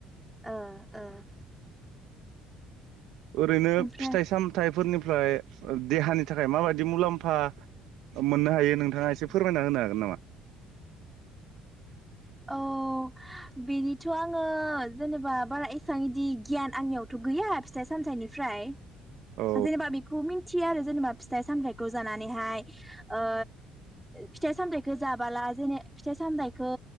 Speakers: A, in the centre; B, on the right (about 75°).
A: ओ ओ।
B: ओरैनो
A: ओमफ्राय
B: फिथाइ सामथाइफोरनि ओमफ्राय देहानि थाखाय माबायदि मुलाम्फा मोननो हायो नोंथाङा एसे फोरमायना होनो हागोन नामा?
A: औ बेनिथ' आङो जेनेबा बारा एसेबां इदि गियान आंनियावथ' गैया फिथाइ सामथाइनिफ्राय जेनेबा
B: औ
A: बेखौ मिथियो आरो जेनेबा फिथाइ सामथायाइखौ जानानैहाय ओ फिथाइ सामथाइखौ जाबाला जेने फिथाइ सामथाइखो